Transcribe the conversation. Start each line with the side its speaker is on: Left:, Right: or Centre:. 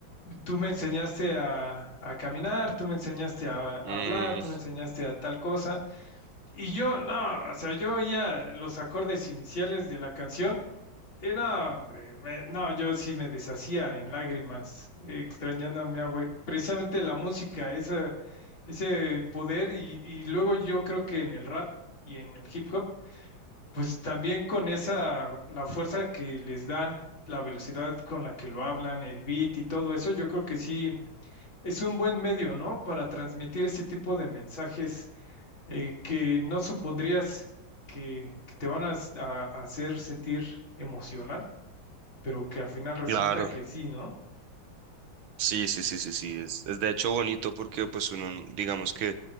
Left: tú me enseñaste a, a caminar, tú me enseñaste a, a
Right: Mm,
Left: hablar, tú me enseñaste a tal cosa, y yo, no, o sea, yo oía los acordes iniciales de la canción. Eh, no, hombre, me- no, yo sí me deshacía en lágrimas, eh, extrañando a mi abue. Precisamente la música, esa, ese poder, y, y luego yo creo que en el rap y en el hip hop, pues también con esa, la fuerza que les da, la velocidad con la que lo hablan, el beat y todo eso, yo creo que sí es un buen medio, ¿no? Para transmitir ese tipo de mensajes eh, que no supondrías que, que te van a s- a- a hacer sentir emocional pero que al final resulta
Right: claro,
Left: que sí, ¿no?
Right: sí, sí, sí, sí, sí, es, es de hecho bonito porque pues uno, digamos que